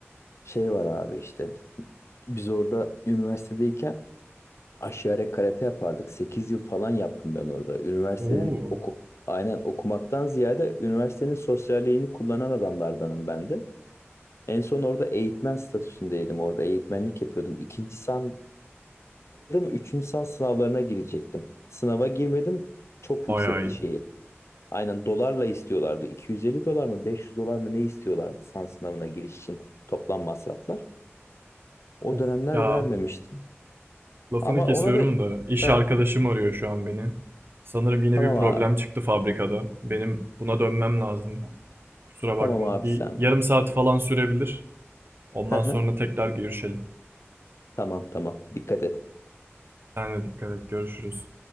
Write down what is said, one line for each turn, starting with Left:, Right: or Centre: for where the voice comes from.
Left: şey var abi işte. Biz orada üniversitedeyken Aşiyare karate yapardık. 8 yıl falan yaptım ben orada. Üniversitenin
Right: Oo.
Left: oku aynen okumaktan ziyade üniversitenin sosyalliğini kullanan adamlardanım ben de. En son orada eğitmen statüsündeydim. Orada eğitmenlik yapıyordum. İkinci sandaydım. Üçüncü san sınavlarına girecektim. Sınava girmedim. Çok yüksekti
Right: Bayağı iyi.
Left: şeyi. Aynen dolarla istiyorlardı. 250 dolar mı 500 dolar mı ne istiyorlardı san sınavına giriş için toplam masraflar. O
Right: Of
Left: dönemler
Right: ya
Left: vermemiştim.
Right: Lafını
Left: Ama
Right: kesiyorum
Left: ona da
Right: da iş
Left: Heh,
Right: arkadaşım arıyor şu an beni. Sanırım yine
Left: tamam
Right: bir problem
Left: abi.
Right: çıktı fabrikada. Benim buna dönmem lazım. Kusura bakma.
Left: Tamam abi
Right: Bir
Left: sen
Right: yarım
Left: bak.
Right: saat falan sürebilir. Ondan
Left: Hı hı.
Right: sonra tekrar görüşelim.
Left: Tamam tamam. Dikkat et.
Right: Sen de dikkat et. Görüşürüz.